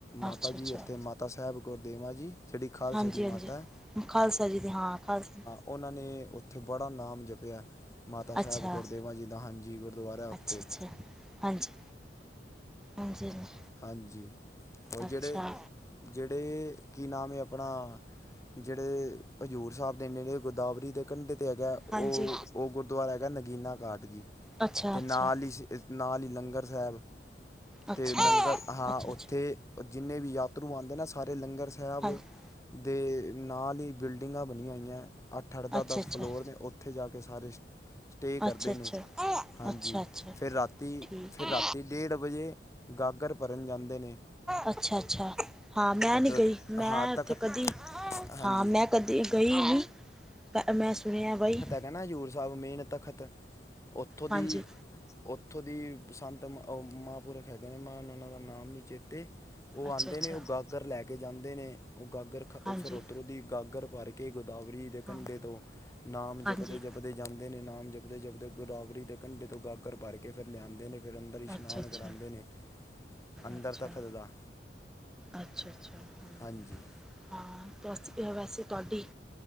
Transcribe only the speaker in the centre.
ਅੱਛਾ
ਅੱਛਾ
ਹਾਂਜੀ
ਹਾਂਜੀ।
ਖਾਲਸਾ ਜੀ ਦੀ ਹਾਂ, ਖਾਲਸਾ ਜੀ
ਅੱਛਾ
ਅੱਛਾ ਅੱਛਾ ਹਾਂਜੀ, ਹਾਂਜੀ, ਹਾਂਜੀ।
ਅੱਛਾ
ਹਾਂਜੀ
ਅੱਛਾ ਅੱਛਾ।
ਅੱਛਾ।
ਅੱਛਾ
ਅੱਛਾ
ਹਾਂਜੀ
ਅੱਛਾ ਅੱਛਾ
ਅੱਛਾ ਅੱਛਾ।
ਅੱਛਾ ਅੱਛਾ
ਠੀਕ
ਹੈ
ਅੱਛਾ-ਅੱਛਾ ਹਾਂ ਮੈਂ
ਨੀ ਗਈ, ਮੈਂ
ਉੱਥੇ
ਕਦੀ
ਹਾਂ ਮੈਂ ਕਦੇ ਗਈ ਨਹੀਂ ਮੈਂ ਸੁਣਿਆ ਭਾਈ।
ਹਾਂਜੀ
ਅੱਛਾ
ਅੱਛਾ
ਹਾਂਜੀ
ਹਾਂ
ਹਾਂਜੀ
ਅੱਛਾ ਅੱਛਾ
ਅੱਛਾ
ਅੱਛਾ, ਅੱਛਾ, ਹਮ।
ਹਾਂ ਤੁਸੀ ਵੈਸੇ ਤੁਹਾਡੀ